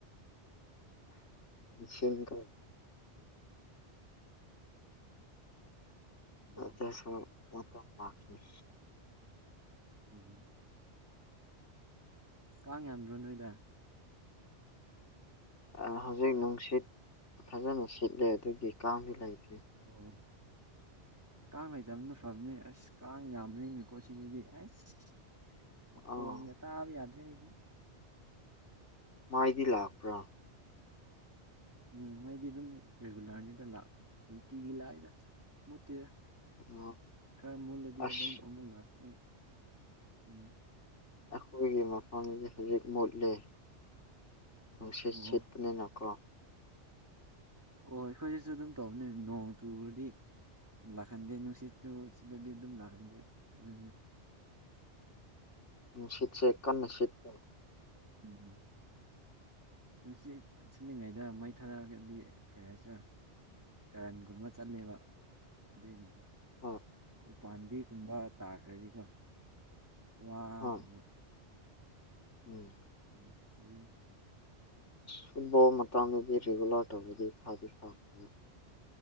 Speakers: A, on the left; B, on the right.
A: ꯀꯦ
B: ꯎꯝ
A: ꯆꯁꯨ ꯃ ꯂꯥꯛꯅꯤ
B: ꯎ ꯀꯥꯡ ꯌꯥꯝꯗ꯭ꯔꯣ ꯅꯣꯏꯗ
A: ꯑ ꯍꯧꯖꯤꯛ ꯅꯨꯡꯁꯤꯠ ꯐꯖꯅ ꯁꯤꯠꯂꯦ ꯑꯗꯨꯒꯤ ꯀꯥꯗꯤ ꯂꯩꯇ꯭ꯦ
B: ꯑꯣ ꯀꯥꯡ ꯂꯩꯇꯕꯅ ꯐꯕꯅꯤ ꯑꯁ ꯀꯥꯡ ꯌꯥꯝꯕꯅꯤꯅꯀꯣ ꯁꯤꯗꯗꯤ ꯑꯁ ꯃꯈꯣꯟꯒ
A: ꯑꯥ
B: ꯇꯥꯕ ꯌꯥꯗ꯭ꯔꯦ ꯑꯩꯗꯤ
A: ꯃꯥꯏꯗꯤ ꯂꯥꯛꯄ꯭ꯔꯥ
B: ꯎꯝ ꯃꯩꯗꯤ ꯑꯗꯨꯝ ꯔꯤꯒꯨꯂꯔꯅꯤꯗ ꯂꯥꯛ ꯅꯨꯡꯇꯤꯒꯤ ꯂꯥꯛꯏꯗ ꯃꯨꯠꯇꯦꯗ
A: ꯑꯣ,
B: ꯈꯔ ꯃꯨꯜꯂꯗꯤ
A: ꯑꯁ
B: ꯑꯗꯨꯝ ꯑꯃꯨꯛ ꯂꯥꯛꯅꯤ ꯎꯝ
A: ꯑꯩꯈꯣꯏꯒꯤ ꯃꯐꯝꯁ ꯍꯧꯖꯤꯛ ꯃꯨꯠꯂꯤꯦ ꯅꯨꯡꯁꯤꯠ
B: ꯑꯣ
A: ꯁꯦꯠꯄꯅꯤꯅ ꯀꯣ
B: ꯑꯣ ꯑꯩꯈꯣꯏꯁꯤꯁꯨ ꯑꯗꯨꯝ ꯇꯧꯕꯅꯦ ꯅꯣꯡ ꯇꯨꯕꯗꯤ ꯂꯥꯛꯍꯟꯗꯦ ꯅꯨꯡꯁꯤꯠꯁꯨ ꯁꯤꯗꯗꯤ ꯑꯗꯨꯝ ꯂꯥꯛꯀꯟꯗꯦ ꯑꯗꯨ
A: ꯁꯤꯠꯁꯦꯅꯁꯤꯠꯀ
B: ꯎꯝ ꯎꯝ ꯅꯨꯡꯁꯤꯠ ꯁꯤꯜꯂꯤꯉꯩꯗ ꯃꯩ ꯊꯥꯗꯔꯒꯗꯤ ꯀꯩ ꯍꯥꯏꯁꯤꯔꯥ ꯀꯔꯟ ꯨꯝꯕ ꯆꯠꯂꯦꯕ ꯑꯗꯨꯏꯅꯤꯅꯦ
A: ꯎ
B: ꯎꯄꯥꯥꯟꯝꯕꯤꯒꯨꯝꯕ ꯇꯥꯈ꯭ꯔꯗꯤꯀꯣ ꯋꯥꯒꯨꯝꯕ
A: ꯍꯣꯏ ꯎꯝ
B: ꯎꯝ ꯑꯗꯨꯅꯤ
A: ꯐꯨꯠꯕꯣꯜ ꯃꯇꯥꯡꯗꯨꯗꯤ ꯔꯤꯒꯨꯂꯔ ꯇꯧꯔꯗꯤ ꯐꯥꯗꯤ ꯐꯥꯗ